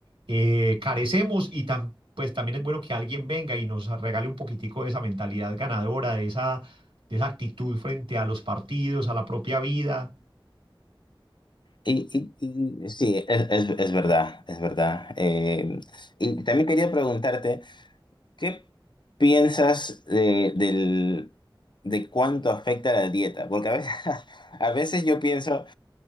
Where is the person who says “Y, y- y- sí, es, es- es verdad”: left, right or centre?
Left